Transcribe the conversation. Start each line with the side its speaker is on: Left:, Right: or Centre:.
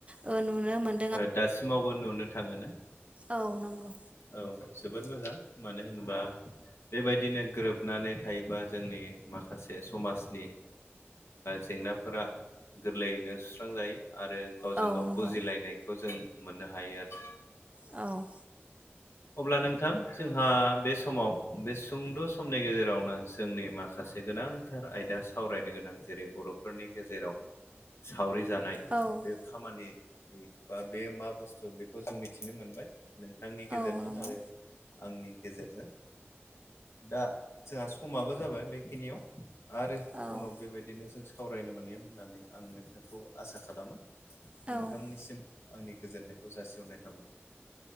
Right: ओ नुनो मोनो
Left: दासिमावबो नुनो थाङो ना?
Right: औ नंगौ
Left: औ जोबोद मोजां मानो होनबा बेबायदिनो गोरोबनानै थायोबा जोंनि माखासे समाजनि जेंनाफोरा गोरलैयैनो सुस्रांजायो आरो गावजों
Right: औ
Left: गाव
Right: नंगौ
Left: बुजिलायनायखौ जों मोननो हायो आरो।
Right: औ
Left: अब्ला नोंथां जोंहा बे समाव बे सुंद' समनि गेजेरावनो जोंनि माखासे गोनां गोसार आयदा सावरायनो गोनां जेरै बर'फोरनि गेजेराव सावरि जानाय
Right: औ
Left: बे खामानिनि बा बे मा बुस्थु बेखौ जों मिथिनो मोनबाय नोंथांनि गेजेरजों।
Right: औ नंगौ
Left: आरो आंनि गेजेरजों दा जोंहा समाबो जाबाय बेखिनियाव आरो
Right: औ
Left: उनाव बेबायदिनो जों सावरायनो मोनगोन होननानै आं नोंथांखौ आसा खालामो। नोंथांनिसिम
Right: औ
Left: आंनि गोजोननायखौ जासिहरनाय थाबाय।